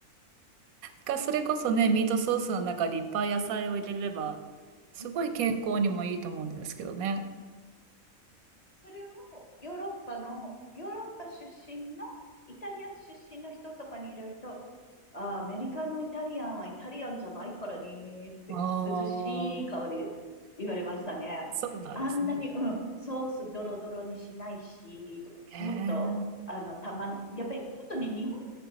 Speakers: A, on the right; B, on the left.
A: かそれこそね、ミートソースの中にいっぱい野菜を入れれば、すごい健康にもいいと思うんですけどね。
B: うんそれをヨーロッパの、ヨーロッパ出身の、イタリア出身の人とかに入れると、ああ、アメリカのイタリアンはイタリアンじゃないからねーって、
A: ああ、
B: 涼しい顔で言われましたね。
A: そうなんですね。
B: あんなに、うん、ソースドロドロにしないし、とか言って、
A: へえ。
B: もっと、あの、たま、やっぱりちょっとね、日本の